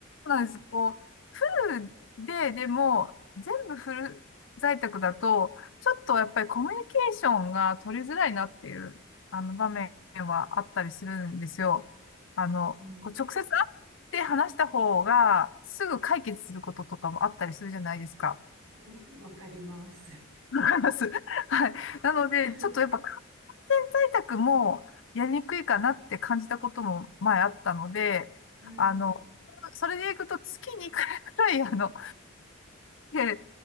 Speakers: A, on the left; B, on the right.
A: うなんです。こう、フルで、でも、全部フル在宅だと、ちょっとやっぱりコミュニケーションが取りづらいなっていう、あの、場面はあったりするんですよ。あの、
B: うん。
A: こう直接会って話した方が、すぐ解決することとかもあったりするじゃないですか。
B: うん。わかります。
A: わかります。<laughs> はい。なので、
B: <laughs>
A: ちょっとやっぱ完全在宅もやりにくいかなって感じたことも前あったので、
B: うん。
A: あの、それでいくと月に1回くらい、あの、で、